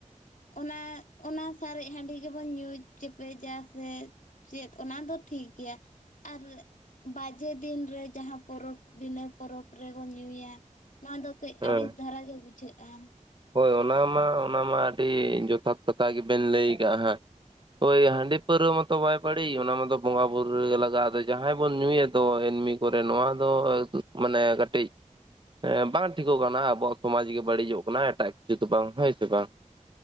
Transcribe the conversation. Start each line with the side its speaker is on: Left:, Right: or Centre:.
Left: ᱚᱱᱟ ᱚᱱᱟ ᱥᱟᱨᱮᱡ ᱦᱟᱺᱰᱤ ᱜᱮᱵᱚᱱ ᱧᱩ ᱪᱮᱯᱮᱡᱟ ᱥᱮ ᱪᱮᱫ ᱚᱱᱟ ᱫᱚ ᱴᱷᱤᱠ ᱜᱮᱭᱟ᱾ ᱟᱨ ᱵᱟᱡᱮ ᱫᱤᱱ ᱨᱮ, ᱡᱟᱦᱟᱸ ᱯᱚᱨᱚᱵᱽ ᱵᱤᱱᱟᱹ ᱯᱚᱨᱚᱵᱽ ᱨᱮᱵᱚᱱ ᱧᱩᱭᱟ, ᱱᱚᱣᱟ ᱫᱚ ᱠᱟᱹᱡ
Right: ᱦᱮᱸ
Left: ᱟᱹᱲᱤᱥ ᱫᱷᱟᱨᱟ ᱜᱮ ᱵᱩᱡᱷᱟᱹᱜᱼᱟ ᱾
Right: ᱦᱳᱭ, ᱚᱱᱟ ᱢᱟ ᱚᱱᱟ ᱢᱟ ᱟᱹᱰᱤ ᱡᱚᱛᱷᱟᱛ ᱠᱟᱛᱷᱟ ᱜᱮᱵᱮᱱ ᱞᱟᱹᱭ ᱠᱟᱜᱼᱟ ᱦᱟᱸᱜ ᱾ ᱦᱳᱭ, ᱦᱟᱺᱰᱤ ᱯᱟᱹᱨᱩᱣᱟᱹ ᱢᱟᱛᱚ ᱵᱟᱭ ᱯᱟᱹᱲᱤᱡ ᱚᱱᱟ ᱢᱟᱛᱚ ᱵᱚᱸᱜᱟ ᱵᱩᱨᱩ ᱨᱮᱜᱮ ᱞᱟᱜᱟ, ᱟᱫᱚ ᱡᱟᱦᱟᱸᱭ ᱵᱚᱱ ᱧᱩᱭᱟ ᱫᱚ ᱮᱢᱱᱤ ᱠᱚᱨᱮ ᱱᱚᱣᱟ ᱫᱚ ᱢᱟᱱᱮ ᱠᱟᱹᱴᱤᱡ ᱦᱮᱸ, ᱵᱟᱝ ᱴᱷᱤᱠᱚᱜ ᱠᱟᱱᱟ ᱟᱵᱚᱣᱟᱜ ᱥᱚᱢᱟᱡᱽ ᱜᱮ ᱵᱟᱹᱲᱤᱡᱚᱜ ᱠᱟᱱᱟ, ᱮᱴᱟᱜ ᱠᱤᱪᱷᱩ ᱫᱚ ᱵᱟᱝ ᱾ ᱦᱳᱭ ᱥᱮ ᱵᱟᱝ?